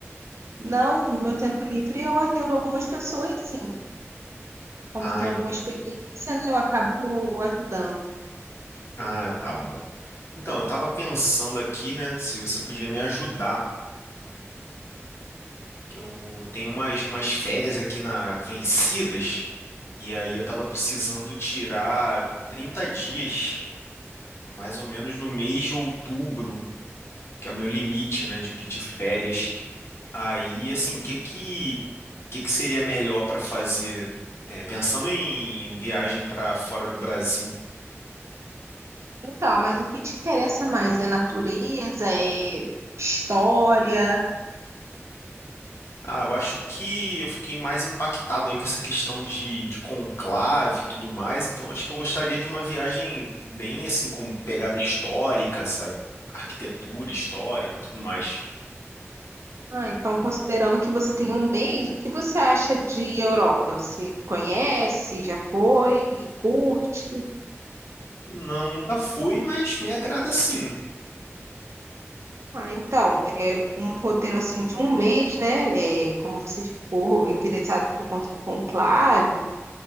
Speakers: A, on the right; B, on the left.
A: Não, no meu tempo livre eu atendo algumas pessoas, sim. Como
B: Ah,
A: eu tenho
B: en-
A: alguma experiência, né, eu acabo ajudando.
B: ah, tá bom. Então, eu tava pensando aqui, né, se você podia me ajudar. que eu tenho umas, umas férias aqui na Vencidas, e aí eu tava precisando tirar 30 dias, mais ou menos no mês de outubro, que é o meu limite, né, de pedir férias. Aí, assim, que que, que que seria melhor para fazer? É, pensando em viagem para fora do Brasil,
A: Então, mas o que te interessa mais é natureza, é história?
B: Ah, eu acho que eu fiquei mais impactado aí com essa questão de, de conclave e tudo mais, então acho que eu gostaria de uma viagem bem assim, com pegada histórica, sabe? Arquitetura histórica, tudo mais.
A: Ah, então, considerando que você tem um mês, o que você acha de Europa? Você conhece, já foi, curte?
B: Não, nunca fui, mas me agrada sim.
A: Ah, então, um roteiro assim de um mês, né? É, como você ficou interessado por conta do conclave,